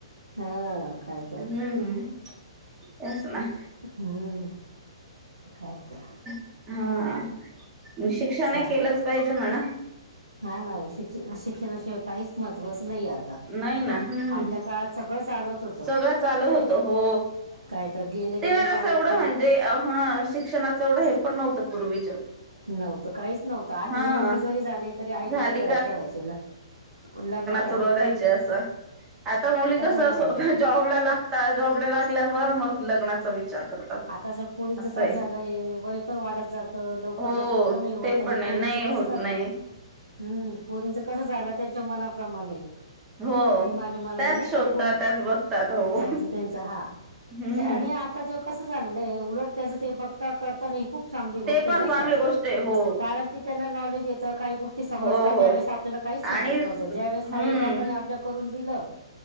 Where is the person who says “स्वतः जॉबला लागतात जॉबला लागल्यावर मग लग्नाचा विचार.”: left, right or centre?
Right